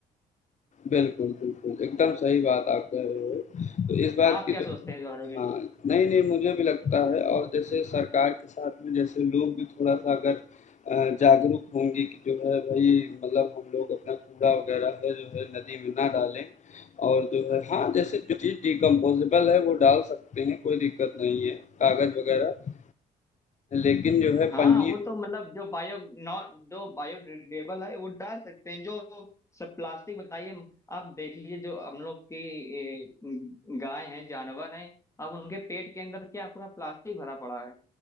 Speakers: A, on the left; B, on the left.
A: बिल्कुल, बिल्कुल, एकदम सही बात आप कह रहे हो। तो इस बात
B: आप
A: की
B: क्या
A: तो
B: सोचते हैं इस बारे में
A: हाँ, नहीं-नहीं मुझे भी लगता है और जैसे सरकार के साथ में जैसे लोग भी थोड़ा-सा अगर अ, जागरूक होंगे कि जो है भई मतलब हम लोग अपना कूड़ा वगैरह है जो है नदी में ना डालें और जो है हाँ, जैसे जो चीज़ डिकम्पोज़ेबल है वो डाल सकते हैं, कोई दिक्कत नहीं है। कागज़ वगैरह लेकिन जो है
B: हाँ
A: पन्नी
B: वो तो मतलब जो बायो नॉट जो बायोडिग्रेडेबल है वो डाल सकते हैं जो सब प्लास्टिक बताइए आप देख लीजिए जो हम लोग की ए, गाय हैं जानवर हैं अब उनके पेट के अंदर क्या पूरा प्लास्टिक भरा पड़ा है